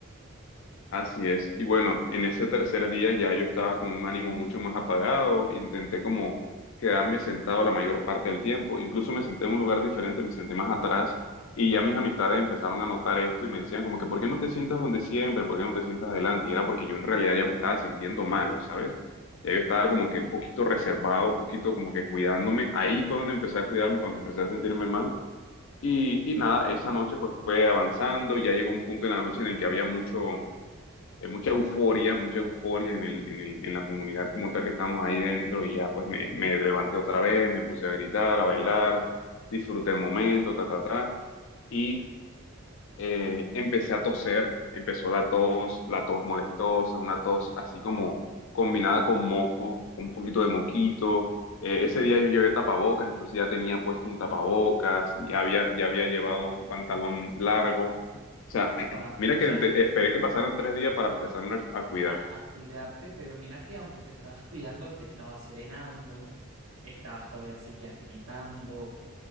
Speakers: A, on the left; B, on the right.
A: Así es. Y bueno, en ese tercer día ya yo estaba con un ánimo mucho más apagado, intenté como quedarme sentado la mayor parte del tiempo, incluso me senté en un lugar diferente, me senté más atrás y ya mis amistades empezaron a notar esto y me decían como que, ¿por qué no te sientas donde siempre? ¿Por qué no te sientas adelante? Y era porque yo en realidad ya me estaba sintiendo malo, ¿sabes? Ya yo estaba como que un poquito reservado, un poquito como que cuidándome. Ahí fue donde empecé a cuidarme, cuando empecé a sentirme mal. Y, y nada, esa noche pues fue avanzando, ya llegó un punto en la noche en el que había mucho eh, mucha euforia, mucha euforia en el, en el- en la comunidad como tal que estábamos ahí dentro y ya pues me, me levanté otra vez, me puse a gritar, a bailar, disfruté el momento, ta, ta, ta. Y eh, empecé a toser, empezó la tos, la tos molestosa, una tos así como combinada con moco, un poquito de moquito. Eh, ese día yo llevé tapabocas, entonces ya tenía puesto un tapabocas, ya había, ya había llevado un pantalón largo. O sea, <clears throat>
B: Wow,
A: mira
B: o
A: que
B: sea,
A: te- esperé
B: tú-
A: que pasaran tres días para empezarme a, a cuidar.
B: a, a cuidarte, pero mira que aunque te estabas cuidando, te estabas serenando, estabas todavía seguías gritando.